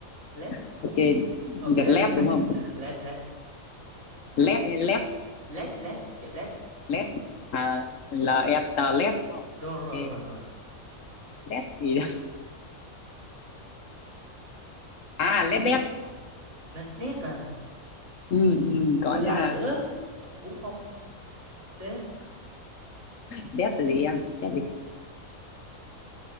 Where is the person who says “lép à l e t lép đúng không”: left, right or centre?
Left